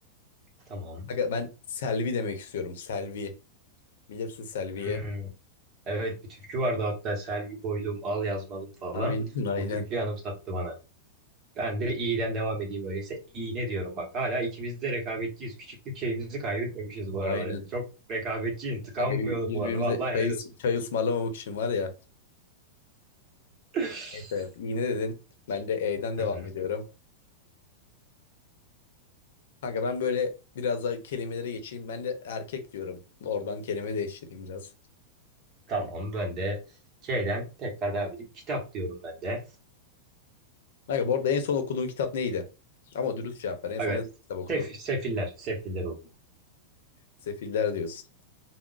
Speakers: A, on the right; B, on the left.
A: Tamam.
B: Kanka ben Selvi demek istiyorum. Selvi. Bilirsin Selvi'yi.
A: Hmm, Evet bir türkü vardı hatta Selvi Boylum al yazmalım falan.
B: Aynen aynen.
A: O türküyü anımsattı bana. Ben de iyiden devam edeyim öyleyse. İğne diyorum bak. Hala ikimiz de rekabetçiyiz. Küçüklük şeyimizi kaybetmemişiz bu arada.
B: Aynen.
A: Çok rekabetçiyim. Tıkanmıyordum
B: Kanka bir, birbirimize
A: bu arada. Vallahi
B: çay,
A: helal
B: is-
A: olsun.
B: çay ısmarlamamak için var ya.
A: <laughs>
B: Neyse iğne dedin. Ben de E'den
A: Hı
B: devam
A: hı.
B: ediyorum. Kanka ben böyle biraz daha kelimelere geçeyim. Ben de erkek diyorum. Oradan kelime değiştireyim biraz.
A: Tamam ben de şeyden tekrar devam edeyim. Kitap diyorum ben de.
B: Kanka bu arada en son okuduğun kitap neydi? Ama dürüst cevap ver. En son
A: Evet.
B: ne kitap okudun?
A: Sef- sefiller. Sefiller okudum.
B: Sefiller diyorsun.